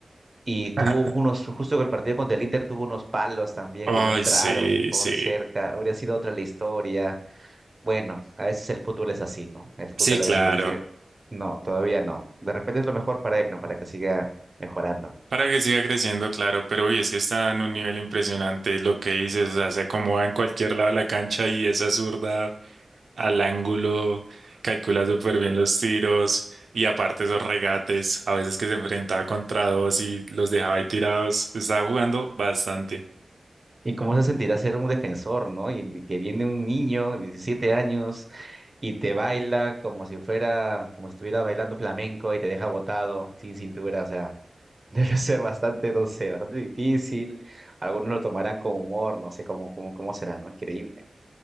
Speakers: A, on the right (about 30°); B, on the right (about 80°).
A: Y tuvo
B: <laughs>
A: unos, justo con el partido contra el Inter, tuvo unos palos también
B: Ay,
A: que no entraron
B: sí,
A: por
B: sí.
A: cerca. Habría sido otra la historia. Bueno, a veces el fútbol es así, ¿no? El fútbol
B: Sí, claro.
A: a veces dice, no, todavía no. De repente es lo mejor para él, ¿no? Para que siga mejorando.
B: Para que siga creciendo, claro, pero hoy es que está en un nivel impresionante lo que dices, o sea, se acomoda en cualquier lado de la cancha y esa zurda al ángulo, calcula súper bien los tiros y aparte esos regates, a veces que se enfrentaba contra dos y los dejaba ahí tirados, estaba jugando bastante.
A: ¿Y cómo se sentirá ser un defensor, ¿no? Y y que viene un niño de 17 años y te baila como si fuera, como si estuviera bailando flamenco y te deja botado, sin cintura, o sea. Debe ser bastante, no sé, bastante difícil. Algunos lo tomarán con humor, no sé cómo, cómo, cómo será, ¿no? Increíble.